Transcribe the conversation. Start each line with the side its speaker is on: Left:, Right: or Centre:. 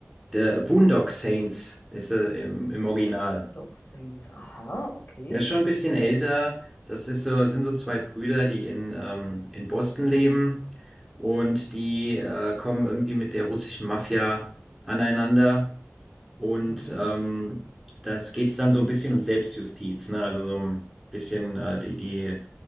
Centre: der Boondock Saints ist er im, im Original.
Left: Dog Saints. Aha, okay.
Centre: Er ist schon ein bisschen älter. Das ist so, sind so zwei Brüder, die in, ähm, in Boston leben und die äh, kommen irgendwie mit der russischen Mafia aneinander. Und
Left: Mhm,
Centre: ähm, das geht's dann so ein bisschen um Selbstjustiz, ne? Also so ein bisschen, äh, die, die